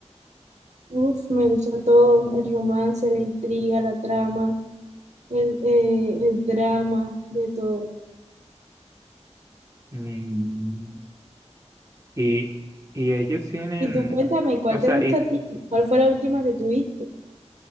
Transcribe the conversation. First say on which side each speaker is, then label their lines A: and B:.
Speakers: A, on the right (about 70°); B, on the right (about 25°).
A: Uf, me gusta todo, el romance, la intriga, la trama, el, eh, el drama, de todo.
B: Mm, y, y ellos tienen,
A: Y tú cuéntame, ¿cuál
B: o sea,
A: te gusta
B: y
A: a ti? ¿Cuál fue la última que tuviste?